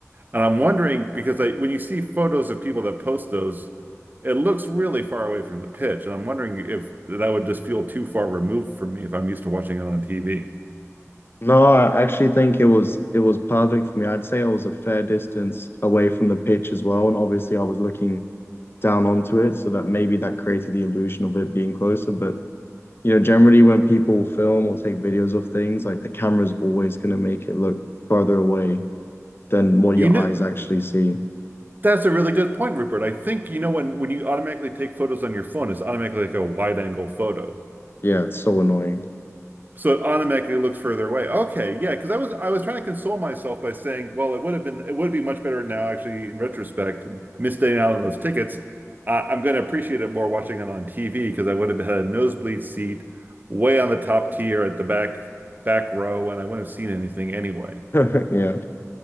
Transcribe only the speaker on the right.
And I'm wondering because I, when you see photos of people that post those, it looks really far away from the pitch, and I'm wondering if that would just feel too far removed from me if I'm used to watching it on TV.
You
know,
That's a really good point, Rupert. I think, you know, when when you automatically take photos on your phone, it's automatically like a wide angle photo.
So it automatically looks further away. Okay, yeah, because I was I was trying to console myself by saying, well, it would have been it would be much better now, actually, in retrospect, and missing out on those tickets. Uh, I'm going to appreciate it more watching it on TV because I would have had a nosebleed seat way on the top tier at the back back row, and I wouldn't have seen anything anyway.